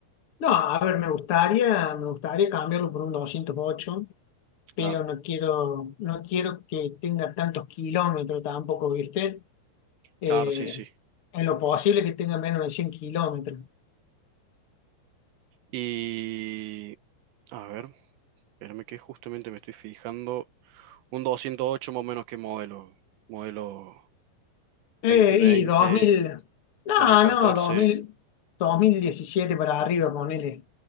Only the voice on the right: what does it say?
Claro,
claro, sí, sí.
Y, a ver, espérame que justamente me estoy fijando. Un 208 más o menos que modelo. Modelo
dos mil veinte
dos mil catorce.